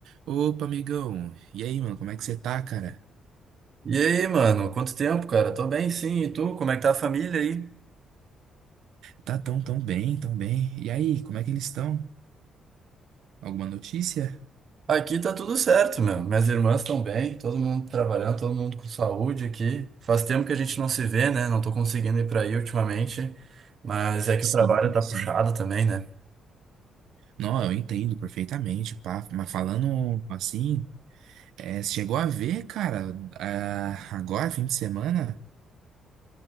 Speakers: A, on the right; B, on the right.
A: Opa, amigão. E aí, mano, como é que você tá, cara?
B: E aí, mano? Quanto tempo, cara? Tô bem, sim. E tu? Como é que tá a família aí?
A: Tá tão, tão bem, tão bem. E aí, como é que eles estão? Alguma notícia?
B: Aqui tá tudo certo, meu. Minhas irmãs estão bem, todo mundo trabalhando, todo mundo com saúde aqui. Faz tempo que a gente não se vê, né? Não tô conseguindo ir pra aí ultimamente, mas é que
A: Sim,
B: o trabalho tá
A: sim.
B: puxado também, né?
A: Não, eu entendo perfeitamente, pá. Mas falando assim, é, você chegou a ver, cara, ah, agora, fim de semana,